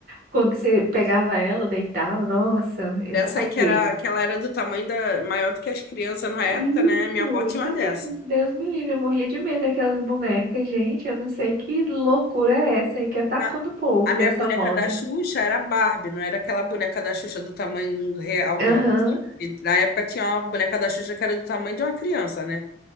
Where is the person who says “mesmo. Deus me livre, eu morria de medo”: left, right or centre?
Right